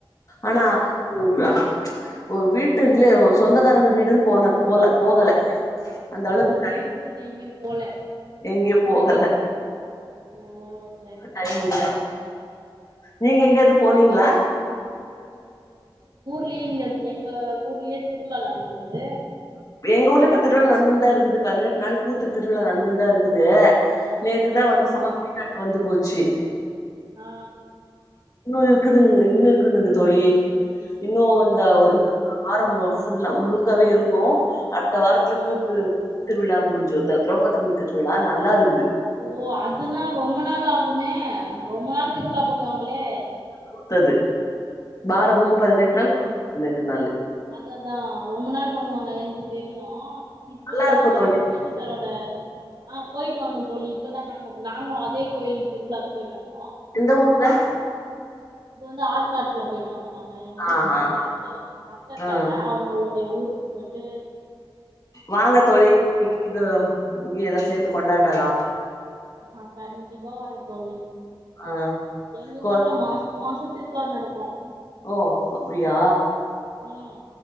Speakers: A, on the left; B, on the right.
A: ஆனா
B: ஆ
A: <unintelligible> ம்ச் ஒரு வீட்டு இதுலயே சொந்தக்காரங்க வீடுன்னு போனது போல போகல அந்த அளவுக்கு
B: ஓ ஊருக்குன்னு எங்யும் போல
A: எங்கயு போகல
B: ஓ சரிங்க
A: டைம்
B: சரிங்க
A: இல்ல
B: தோழி.
A: நீங்க எங்கயாவது போனீங்களா?
B: லயே இங்க எங்க ஊர்லயே திருவிழா நடந்தது.
A: எங்க ஊர்ல இப்ப திருவிழா நடந்துன்தா இருக்குது பதினெட்டு நாள் கூத்து திருவிழா நடந்துன்தா இருக்குது. நேத்துதா
B: ஆ
A: வந்து சாமி வந்து போச்சு.
B: ஆ
A: இன்னு இரு க்குதுங்க இன்னு இருக்குதுங்க தோழி. இன்னு
B: ஓ
A: இந்த ஒரு வாரம் ஃபுல்லா முழுக்காவே இருக்கு. அடுத்த வாரத்துல
B: ஆ
A: கூத்து திருவிழா முட்ஞ்சு இந்த திரௌபத்து அம்மன் திருவிழா நல்லா இருந்துது.
B: ஓ அதுனா ரொம்ப நாள் ஆ குமே ரொம்ப நாள் திருவிழா பண்ணுவாங்களே?
A: த்தது பாரதமு பதினெட்டு நாள் பதினெட்டு நாளு
B: அது அதா ரொம்ப நாள் பண்ணுவாங்க எனக்கு தெரியு. இப்போ
A: நல்லா இருக்கு
B: எங்க
A: தோழி
B: வீட்டுக்காரோட ஆ போயிட்டு வந்தோ தோழி இப்பதா நாங்க நாங்களு அதே கோயில் திருவிழாக்கு போயிட்டு வந்
A: எந்த ஊர்ல?
B: இது வந்து ஆற்காட்ல போயி ட்டு வந்தோ நாங்க. எங்க வீட்டுக்காரோட
A: ஆ ஆ
B: அத்த அத்த இருக்காங்க
A: ஆ
B: அவங்களுடைய ஊர் போய்ட்டு
A: வாங்க தோழி இ இது இங்கயு எல்லா சேந்து கொண்டாடலா.
B: ஆ கண்டிப்பா வரே தோழி.
A: ஆ
B: எங்க
A: கொ
B: ஊர்ல மாச மாசோ திருவிழா நடக்கு.
A: ஓ அப்டியா?
B: ம்